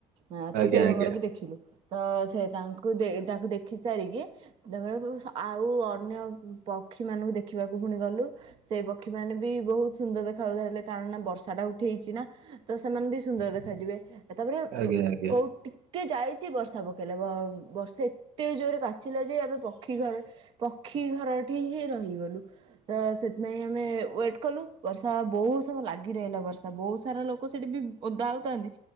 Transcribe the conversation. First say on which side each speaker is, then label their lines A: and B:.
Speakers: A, on the right; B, on the right.
A: ହ ତ
B: ଆଜ୍ଞା
A: ସେଇ ରଙ୍ଗର
B: ଆଜ୍ଞା
A: ବି ଦେଖିଲୁ ତ ସେ ତାଙ୍କୁ ତାଙ୍କୁ ଦେଖି ସାରିକି ସେତେବେଳକୁ ଆଉ ଅନ୍ୟ ପକ୍ଷୀ ମାନଙ୍କୁ ଦେଖିବାକୁ ପୁଣି ଗଲୁ। ସେଇ ପକ୍ଷୀ ମାନେ ବି ବହୁତ ସୁନ୍ଦର ଦେଖାାଯାଉଥିଲେ କାରଣ ନା ବର୍ଷା ଟା ଉଠି ହେଛି ନା। ତ ସେମାନେ ବି ସୁନ୍ଦର ଦେଖାଯିବେ ତାପରେ
B: ଆଜ୍ଞା।
A: କୋଉଟି ଟିକେ ଯାଇଛି ବର୍ଷା ପକେଇଲା ବର୍ଷା ଏତେ ଜୋରେ କାଚିଲା ଯେ ଆମେ ପକ୍ଷୀ ଘର ପକ୍ଷୀ ଘରଠି ହିଁ ରହିଗଲୁ। ତ ସେଥିପାଇଁ ଆମେ ୱେଟ କଲୁ ବର୍ଷା ବହୁତ ସମୟ ଲାଗି ରହିଲା ବର୍ଷା ବହୁତ ସାରା ଲୋକ ସେଠି ବି ଓଦା ହଉଥାନ୍ତି